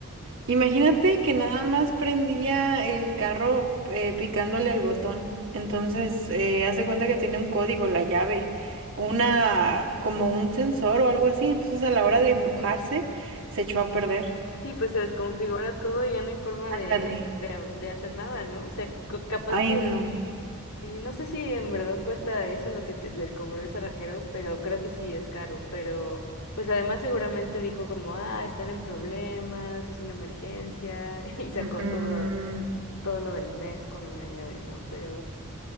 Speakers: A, on the right (about 60°); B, on the left (about 75°).
A: Imagínate que nada más prendía el carro eh, picándole el botón. Entonces, eh, haz de cuenta que tiene un código, la llave, una, como un sensor o algo así. Entonces, a la hora de mojarse, se echó a perder.
B: Sí, pues se desconfigura todo y ya no hay forma de,
A: Ándale.
B: de, de hacer nada, ¿no? O sea, co- capaz
A: Ay,
B: que
A: no.
B: Y no sé si en verdad cuesta eso lo que te- les cobró el cerrajero, pero creo que sí es caro. Pero pues además seguramente dijo como, ah, están en problemas, es una emergencia, <laughs> y sacó
A: Ujú,
B: todo, todo lo del mes con una llave, ¿no? Pero,